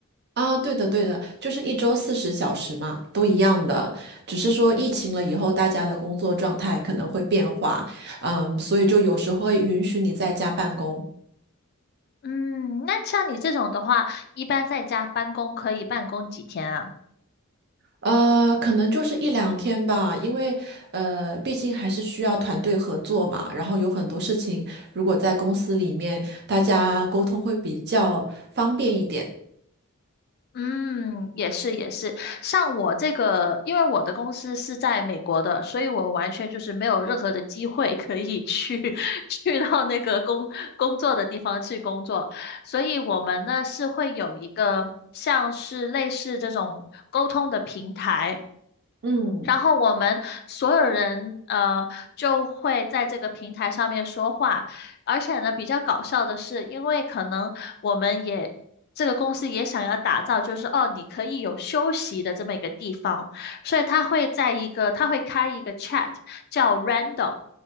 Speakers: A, on the right; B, on the left.
A: 啊。对的，对的，就是一周四十小时嘛，都一样的，只是说疫情了以后，大家的工作状态可能会变化，嗯，所以就有时候会允许你在家办公。
B: 嗯，那像你这种的话，一般在家办公可以办公几天啊？
A: 呃，可能就是一两天吧，因为呃，毕竟还是需要团队合作嘛。然后有很多事情，如果在公司里面，大家沟通会比较方便一点。
B: 嗯，也是也是。像我这个，因为我的公司是在美国的，所以我完全就是没有任何的机会可以去 <laughs> 去到那个工工作的地方去工作，所以我们呢是会有一个像是类似这种沟通的平台。
A: 嗯
B: 然后我们所有人呃就会在这个平台上面说话，而且呢比较搞笑的是，因为可能我们也这个公司也想要打造，就是哦你可以有休息的这么一个地方，所以他会在一个他会开一个 chat 叫 random。